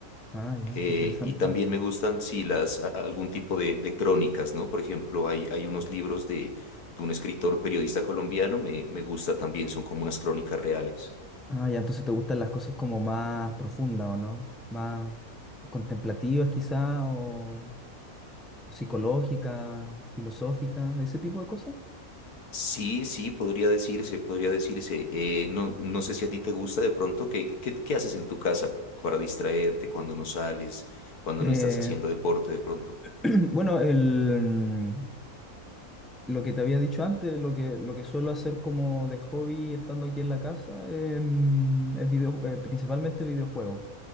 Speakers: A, in the centre; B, on the left.
A: Ah, ya,
B: Eh,
A: qué interesante.
B: y también me gustan, sí, las, a- a- algún tipo de, de crónicas, ¿no? Por ejemplo, hay, hay unos libros de, de un escritor periodista colombiano, me, me gusta también, son como unas crónicas reales.
A: Ah, ya, entonces te gustan las cosas como más profundas, ¿o no? Más contemplativas quizá, o, o psicológicas, filosóficas, ese tipo de cosas.
B: Sí, sí, podría decirse, podría decirse. Eh, no, no sé si a ti te gusta de pronto, ¿qué, qué, qué haces en tu casa para distraerte cuando no sales, cuando
A: Eh,
B: no estás haciendo deporte de pronto?
A: <clears throat> bueno, el, mm, lo que te había dicho antes, lo que, lo que suelo hacer como de hobby estando aquí en la casa, em, es video, eh, principalmente videojuegos.